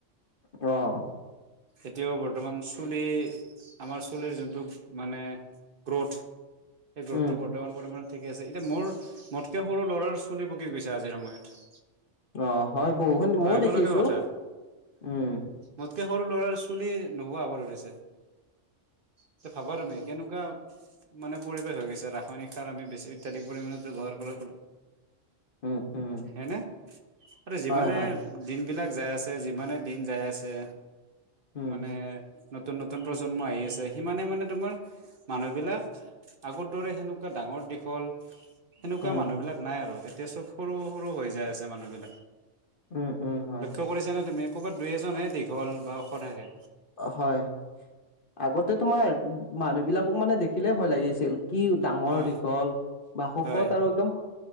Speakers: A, on the left; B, on the right.
A: অ
B: এতিয়াও বৰ্তমান চুলি আমাৰ চুলিৰ যোনটো মানে গ্ৰোথ সেই গ্ৰোথটো
A: উম,
B: ব ৰ্তমান পৰিমাণত ঠিকে আছে এতিয়া মোৰ মোতকে সৰু ল'ৰাৰো চুলি পকি গৈছে আজিৰ সময়ত
A: অ হয় বহুখিনি
B: ভাবিব
A: মইও দেখিছো
B: লগা কথা
A: উম
B: মোতকে সৰু ল'ৰাৰ চুলি নোহোৱা হ'ব ধৰিছে। এতিয়া ভাবা তুমি কেনেকোৱা মানে পৰিৱেশ হৈ গৈছে ৰাসায়নিক সাৰ আমি বেছি অত্যাধিক পৰিমাণত ব্যৱহাৰ কৰোতে
A: উম, উম,
B: হেনে আৰু যিমানে
A: হয়, হয়,
B: দিনবলাক যাই আছে যিমানে দিন যাই আছে
A: উম,
B: মানে নতুন নতুন প্ৰজন্ম আহি আছে সিমানে মানে তোমাৰ মানুহ বিলাক আগৰ দৰে সেনেকোৱা ডাঙৰ দীঘল সেনেকোৱা
A: উম,
B: মানুহবিলাক নাই আৰু এতিয়া চব সৰু সৰু হৈ যায় আছে মানুহবিলাক
A: উম, উম, হয়,
B: লক্ষ্য কৰিছা নে তুমি ক'বাত দুই এজনহে দীঘল বা ওখ থাকে
A: হয় আগতে তোমাৰ মানুহ বিলাকক মানে দেখিলে ভয় লাগি আছিল কি ডাঙৰ
B: অ
A: দীঘল বা শকত
B: হয়
A: আৰু একদম